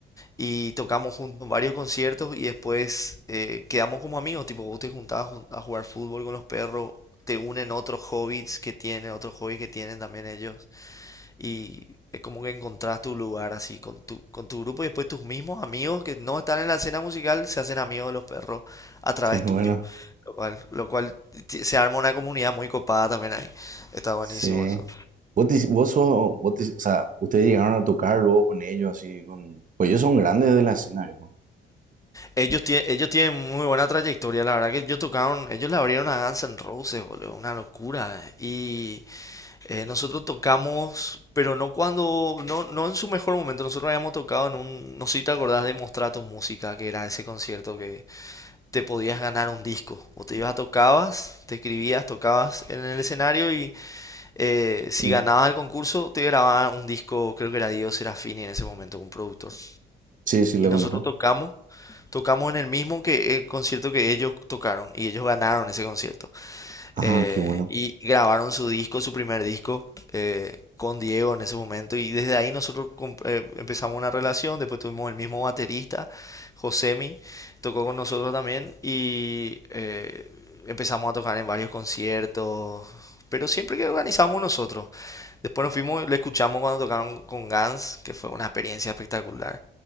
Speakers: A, on the left (about 15°); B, on the right (about 40°).
A: y tocamos juntos varios conciertos y después eh, quedamos como amigos, tipo vos te juntabas jun- a jugar fútbol con los perros, te unen otros hobbies que tienen, otros hobbies que tienen también ellos y es como que encontrás tu lugar así con tu, con tu grupo y después tus mismos amigos que no están en la escena musical se hacen amigos de los perros a través
B: Qué bueno.
A: tuyo, lo cual, lo cual ti- se arma una comunidad muy copada también ahí, está buenísimo
B: Sí.
A: eso.
B: Vos, te- vos sos, vos te- o sea, ustedes llegaron a tocar luego con ellos, así, con... Pues ellos son grandes de la escena, viejo.
A: Ellos, tie- ellos tienen muy buena trayectoria, la verdad que ellos tocaron, ellos le abrieron a Guns N' Roses, boludo, una locura. Y eh, nosotros tocamos, pero no cuando, no, no en su mejor momento, nosotros habíamos tocado en un, no sé si te acordás de Mostrar tu música, que era ese concierto que te podías ganar un disco. O te ibas a tocabas, te escribías, tocabas en el escenario y eh, si
B: Mm.
A: ganabas el concurso te grababan un disco, creo que era Dios Serafini en ese momento, un productor.
B: Sí, sí, lo
A: Y nosotros
B: conozco.
A: tocamos, tocamos en el mismo que el concierto que ellos tocaron y ellos ganaron ese concierto.
B: Ah,
A: Eh,
B: qué bueno.
A: y grabaron su disco, su primer disco, eh, con Diego en ese momento. Y desde ahí nosotros com- eh, empezamos una relación. Después tuvimos el mismo baterista, Josemi, tocó con nosotros también y eh, empezamos a tocar en varios conciertos. Pero siempre que organizamos nosotros. Después nos fuimos, le escuchamos cuando tocaron con Guns, que fue una experiencia espectacular.